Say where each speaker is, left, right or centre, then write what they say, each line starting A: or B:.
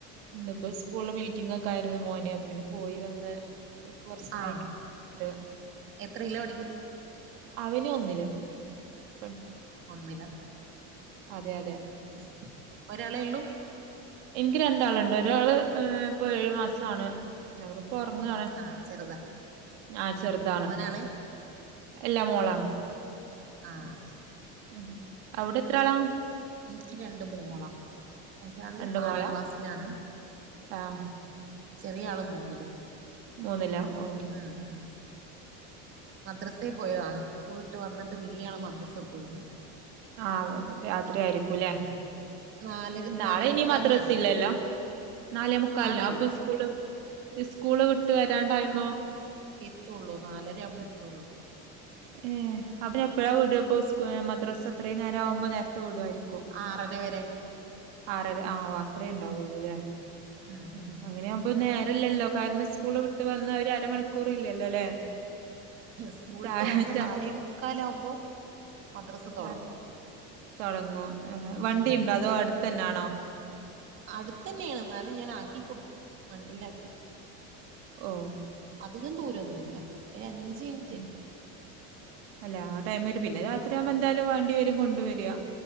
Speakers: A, on the right; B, on the right.
A: ഇന്ന്പ്പോ സ്കൂൾ ല് മീറ്റിംഗൊക്കായിരുന്നു മോൻ അപ്പ പിന്നെ പോയി വന്ന്. ഇപ്പൊ കുറച്ചേരായിട്ട്
B: ആഹ് എത്രേലാ പഠിക്ക്ന്നേ?
A: അവന് ഒന്നില് പ
B: ഒന്നിലാ
A: അതെ യതെ
B: അത് ശെരി ഒരാളെ ള്ളൂ?
A: ഇൻക്ക് രണ്ടാള്ണ്ട് ഒരാള് ഏഹ് ഇപ്പൊ ഏഴ് മാസാണ് അവർ പൊർങ്ങാണ്
B: ആഹ് ചെറുതാ
A: ആഹ് ചെറ്താണ്
B: മോനാണ്
A: അല്ലാ മോളാണ്.
B: ആഹ് ശെരി.
A: ഉം അവടെത്രാളാ?
B: ഇൻക്ക് രണ്ട് മോളാ ഒരാള്
A: രണ്ട്
B: ആറാം
A: മോളാ
B: ക്ലാസ്സിലാണ്.
A: ആ
B: ചെറിയാള് മൂന്നിലും.
A: മൂന്നില്ല ഓഹ്
B: ഉം ഉം മദ്രസേ പോയതാണ്. സ്കൂള്ട്ട് വന്ന്ട്ട് വെല്യാള് മദ്രസ് പോയിണ്.
A: ആഹ് രാത്രിയായിരിക്കൂല്ലേ?
B: നാലര
A: നാളെ
B: നാലേ
A: ഇനി
B: മുക്കാലിനാണ്
A: മദ്രസ ഇല്ലല്ലോ നാലെമുക്കാലിനോ
B: നാളെ ഇല്ല
A: അപ്പോ സ് സ്കൂള് ഇസ്സ്കൂള് വിട്ട് വരാൻ ടൈമോ
B: എത്തൂള്ളൂ നാലര ആവുമ്പോൾ എത്തുള്ളൂ.
A: ഏ അപ്പ ന്നെ എപ്പഴാ വിടുക അപ്പൊ ഉസ്കൂ ഏ മദ്രാസ അത്രയും നേരം ആവുമ്പോ നേരത്തെ വിടുമായിരിക്കും
B: ആറര വരെ
A: ആറര ആ അത്രേ ഉണ്ടാവുള്ളൂല്ലേ
B: ഉം
A: ആ
B: ഉം
A: അങ്ങനെയ ആവുമ്പോ നേരല്ലല്ലോ കാരണം സ്കൂള് വിട്ട് വന്ന അവര് അരമണിക്കൂർ ഇല്ലല്ലോ അല്ലേ <inaudible>
B: സ്കൂള്ട്ട്
A: ചായ
B: വന്നു
A: ചാ
B: നാലേ മുക്കാലാകുമ്പോ മദ്രസ തുടങ്ങും
A: ആ, തുടങ്ങും ആവണ്ടിയുണ്ടോ
B: ഉം
A: അതോ അടുത്തന്നെ ആണോ
B: അടുത്തന്നെയാണ് എന്നാലും ഞാൻ ആക്കി ക്കൊടുക്കും വണ്ടിയിലാക്കിടുക്കും
A: ഓ
B: അധികം ദൂരൊന്നുല്ല ഒരു അഞ്ച് മിനിറ്റ്
A: തന്നെ. അല്ല ആ ടൈം വര് പിന്നെ രാത്രിയാവുമ്പോൾ എന്തായാലും വേണ്ടി വരും കൊണ്ടുവരിക